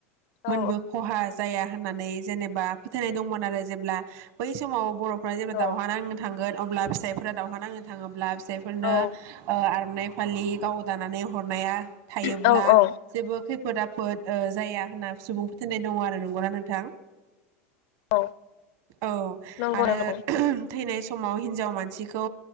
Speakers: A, on the left; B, on the right.
A: औ
B: मोनबो खहा जाया। होननानै जेनेबा फोथायनाय दंमोन आरो जेब्ला बै समाव बर' जेब्ला
A: औ
B: दावहा नांनो थांगोन अब्ला फिसाइफ्रा दावहा नांनो थाङोब्ला जायफोरनो
A: औ
B: ओ आर'नय फलि गाव दानानै ह हरनाया थायोब्ला
A: औ औ
B: जेबो खै फोद आफोद ओ जाया होनना सुबुं फोथायनाय दङ आरो नंगौना नोंथां
A: औ
B: औ
A: नंगौ
B: आरो
A: नंगौ
B: थैनाय समाव हिनजाव मानसि खौ